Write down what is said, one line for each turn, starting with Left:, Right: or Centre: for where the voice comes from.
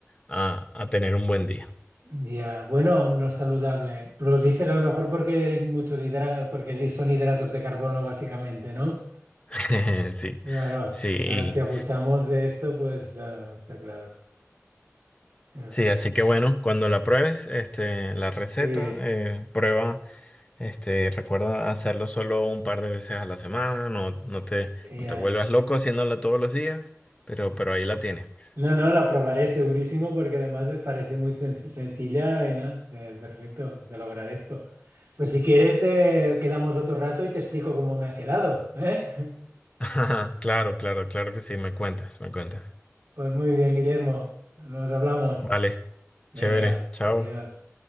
Left: a- a tener un buen día.
Right: Ya, bueno, no es saludable. Pero Lo dices a lo mejor porque hay muchos hidratos, porque sí son hidratos de carbono básicamente, ¿no?
Left: <laughs> Sí,
Right: Claro,
Left: sí, y-
Right: claro, si abusamos de esto, pues ah, está claro. Ya.
Left: sí, así que bueno, cuando la pruebes, este, la receta,
Right: Sí,
Left: eh, prueba, este, recuerda hacerlo solo un par de veces a la semana, no, no te,
Right: ya.
Left: no te vuelvas loco haciéndola todos los días, pero, pero ahí la tienes, pues.
Right: No, no, la probaré segurísimo porque además me parece muy senc- sencilla y nada, de- perfecto, te lo agradezco. Pues si quieres, eh, quedamos otro rato y te explico cómo me ha quedado, ¿eh? <laughs>
Left: <laughs> Claro, claro, claro que sí, me cuentas, me cuentas.
Right: Pues muy bien, Guillermo, nos hablamos.
Left: Vale,
Right: Venga,
Left: chévere, chao.
Right: adiós.